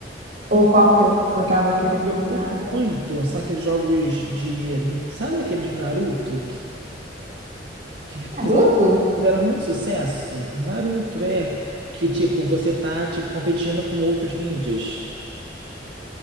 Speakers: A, on the right (about 50°); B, on the right (about 80°).
A: Ou
B: Um,
A: qual que é o outro que
B: um
A: eu tava
B: que eu,
A: querendo
B: um que eu
A: jogar?
B: curto muito são aqueles jogos de... Sabe aqueles de Naruto que, que fizeram,
A: Naruto?
B: fizeram muito sucesso? Naruto, é. Que, tipo, você tá, tipo, competindo com outros ninjas.